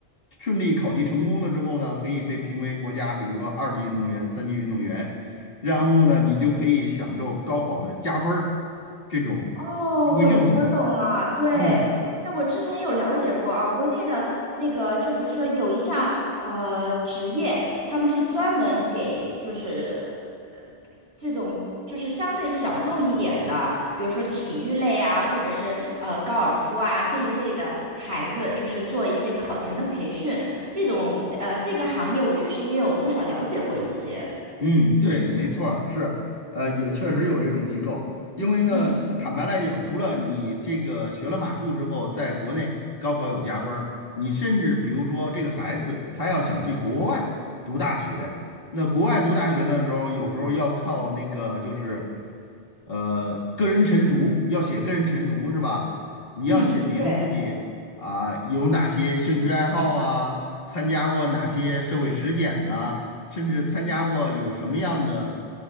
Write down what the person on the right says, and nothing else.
哦，我我懂了，对，
因为我之前有了解过啊，国内的那个，就比如说有一项呃职业，他们是专门给就是呃这种就是相对小众一点的，比如说体育类啊，或者是呃高尔夫啊这一类的孩子，就是做一些考前的培训，这种呃这个行业我确实也有多少了解过一些，
嗯
嗯，对，